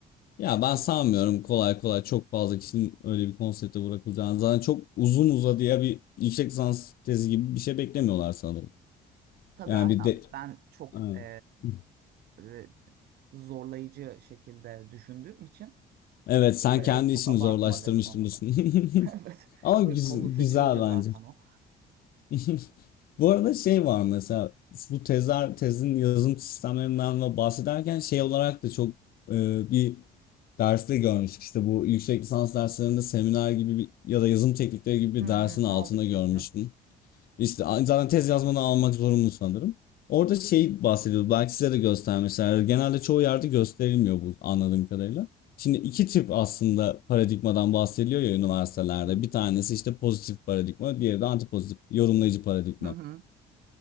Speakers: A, on the left (about 60°); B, on the right (about 65°).
A: ya
B: Şaka
A: ben sanmıyorum
B: gibi.
A: kolay kolay çok fazla kişinin öyle bir konsepte bırakılacağını. Zaten çok uzun uzadıya bir yüksek lisans tezi gibi bir şey beklemiyorlar sanırım.
B: Tabii
A: Yani
B: aynen
A: bir de...
B: ben çok
A: Ha.
B: e,
A: <laughs>
B: e, zorlayıcı şekilde düşündüğüm için
A: Evet sen
B: burada evet
A: kendi
B: çok
A: işini
B: abartma
A: zorlaştırmıştın
B: dedi bana
A: diyorsun.
B: da.
A: <laughs>
B: <laughs>
A: Ama
B: Evet
A: güz-
B: konu seçimi
A: güzel
B: de
A: bence.
B: zaten o.
A: <laughs> Bu arada şey var mesela bu tezler tezin yazım sistemlerinden ve bahsederken şey olarak da çok e, bir derste görmüştük. İşte bu yüksek lisans derslerinde seminer gibi bir, ya da yazım teknikleri gibi bir
B: Hmm,
A: dersin altında
B: aldık
A: görmüştüm.
B: biz de.
A: İşte a- zaten tez yazmanı almak zorunlu sanırım. Orada şey bahsediyordu. Belki size de göstermişler. Yani Genelde çoğu yerde gösterilmiyor bu anladığım kadarıyla. Şimdi iki tip aslında paradigmadan bahsediliyor ya üniversitelerde.
B: Hmm.
A: Bir tanesi işte pozitif paradigma, diğeri de antipozitif yorumlayıcı paradigma.
B: Hı hı.